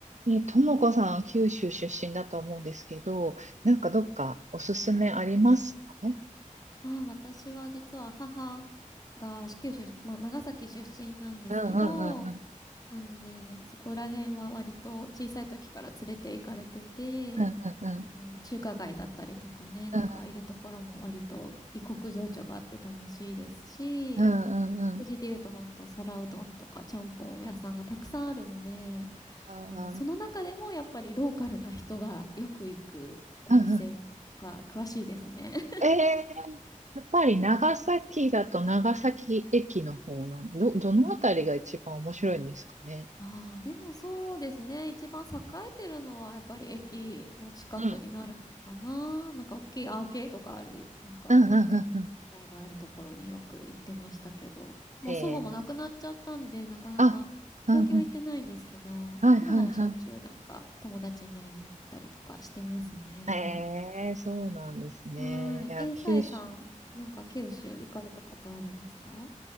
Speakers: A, on the right (about 60°); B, on the left (about 30°).
A: ね、ともこさん、九州出身だと思うんですけど、なんかどっかおすすめありますかね
B: ああ、私は実は母が九州、まあ、長崎出身なんですけど、
A: うんうんうんうん。
B: なので、そこら辺は割と小さい時から連れて行かれてて、
A: うんうんうん
B: あの、中華街だったりとかね、なんかああいうところも割と異国情緒があって楽しいですし、
A: うんうんうんうん。
B: 食事で言うと本当皿うどんとかちゃんぽん屋さんがたくさんあるので、
A: うんうん
B: あの、その中でもやっぱりローカルな人がよく行くお店とか詳しいですね。
A: うんうんええー、やっぱり長崎だと長崎駅の方なん、ど、どのあたりが一番面白いんですかね
B: ああ、でもそうですね。一番栄えてるのはやっぱり駅の近くになるのかな。
A: うん
B: なんか大きいアーケードがある、なんか商店街があるところによく行ってましたけど、
A: うんうんうんうん。へえ。
B: もう祖母も亡くなっちゃったんで、なかなか最近は行ってないんですけど、
A: あ、うんうん。はいはいは
B: 母はしょっちゅうなんか友達に会いに行ったりとかしてますね。
A: い。ええ、そうなんですね。
B: はーい。
A: いや、
B: えー、
A: 九州。
B: さえさん、なんか九州行かれたことあるんですか